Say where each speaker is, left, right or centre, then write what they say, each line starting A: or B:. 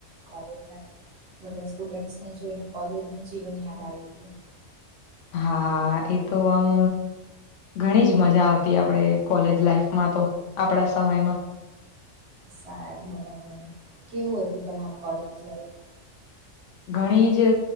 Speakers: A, on the right; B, on the left.
A: કોલેજ ના. બધા સ્ટુડન્ટ્સને જોઈને કોલેજનું જીવન યાદ આવી ગયું.
B: હા એ તો આમ. ઘણી જ મજા આવતી આપણેે કોલેજ લાાઈફમાં તો આપણા સમયમાં.
A: સાર બરાબર કેવું હતું તમારું કોલેજ લાઈફ.
B: ઘણી જ